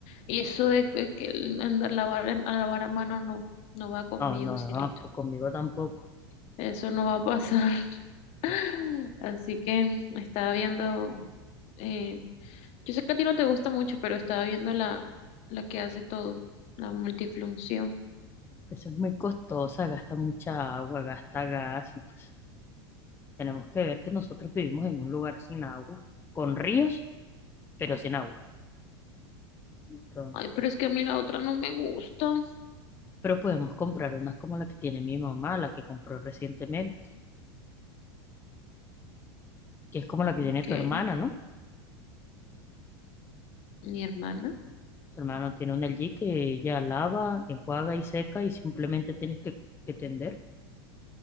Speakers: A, on the left (about 50°); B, on the left (about 15°).
A: Y eso de que que el andar lavar, a lavar a mano no, no va conmigo,
B: No, no,
A: cielito.
B: no, pues conmigo tampoco.
A: Eso no va a pasar. <laughs>
B: La-
A: Así que estaba viendo, eh, yo sé que a ti no te gusta mucho, pero estaba viendo la, la que hace todo, la multifunción.
B: Eso es muy costosa, gasta mucha agua, gasta gas y pues tenemos que ver que nosotros vivimos en un lugar sin agua, con ríos, pero sin agua. Entonces,
A: Ay, pero es que a mí la otra no me gusta.
B: pero podemos comprar unas como la que tiene mi mamá, la que compró recientemente que es como la
A: Ok,
B: que tiene tu hermana, ¿no?
A: mi hermana.
B: Tu hermana tiene una LG que ella lava, enjuaga y seca y simplemente tienes que, que tender